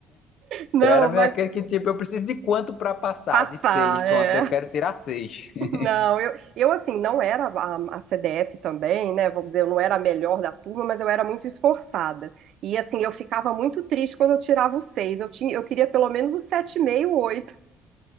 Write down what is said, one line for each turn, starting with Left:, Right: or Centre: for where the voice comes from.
Right: não,
Left: Eu era meio
Right: mas
Left: aquele que, tipo, eu preciso de quanto pra passar?
Right: passar,
Left: De seis, pronto,
Right: é.
Left: eu quero tirar seis. <laughs>
Right: Não, eu, eu assim, não era a, a CDF também, né? Vamos dizer, eu não era a melhor da turma, mas eu era muito esforçada. E assim, eu ficava muito triste quando eu tirava o seis. Eu tinha, eu queria pelo menos o 7,5, 8.